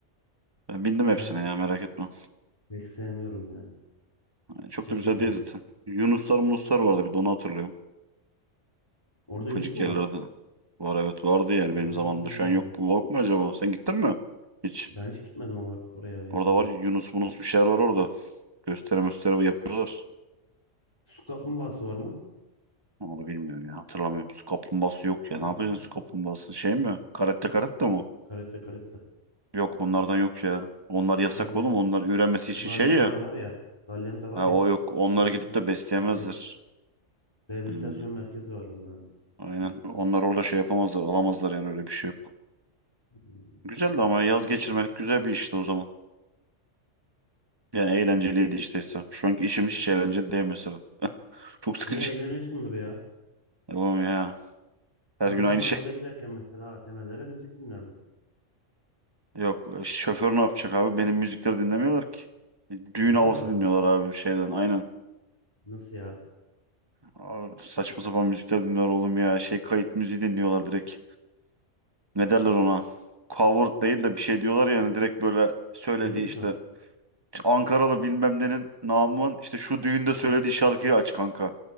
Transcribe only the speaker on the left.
Ben
pek sevmiyorum ya.
İçim
çekiliyor.
Orada
Yunus mu
var?
Hmm.
Ben hiç gitmedim or- oraya hayatımda.
Su kaplumbağası var mı?
Hmm,
karette karette.
Şeyde
Dalyan'da
var ya. Dalyan'da var
ya.
Üretim
şey tesisi. Rehabilitasyon
merkezi var onların.
Hmm.
Niye eğleniyorsundur ya?
Ben olsam
arabada
giderken mesela ATM'lere müzik dinlerdim.
Dinlemiyorlar
mı?
Nasıl ya?
Remix
mi?